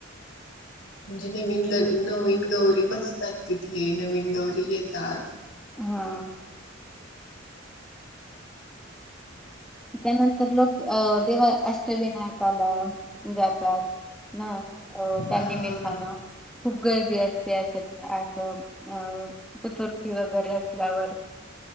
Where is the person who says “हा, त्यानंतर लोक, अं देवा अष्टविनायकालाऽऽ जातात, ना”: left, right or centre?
Centre